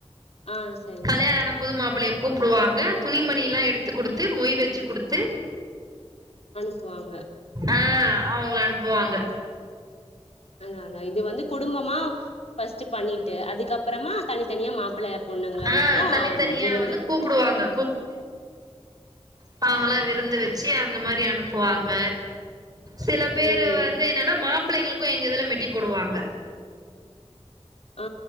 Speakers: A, on the left; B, on the right.
A: ஆ சரி
B: கல்யாணான
A: சரி சரி
B: புது மாப்ளயே கூப்புடுவாங்க, துணிமணில்லா எடுத்து குடுத்து, மொய் வச்சு குடுத்து.
A: அனுப்புவாங்
B: ஆஹ், அவங்கள அனுப் னுப்புவாங்க.
A: அதாங்க ஆங்க, இது வந்து குடும்பமா ஃபஸ்ட் பண்ணிட்டு அதுக்கப்பறமா தனித்தனியா மாப்பிள்ள பொண்ணுங்கள
B: ஆ
A: மட்டு
B: தனித்தனியா
A: விருந்து
B: வந்து கூப்டுவாங்க பா அவங்கல்லா விருந்து வச்சு அந்த மாரி அனுப்புவாங்க. சில பேரு
A: ம்
B: வந்து, என்னன்னா மாப் பிள்ளைங்களுக்கு எங்க இதுல மெட் டி போடுவாங்க.
A: ஆ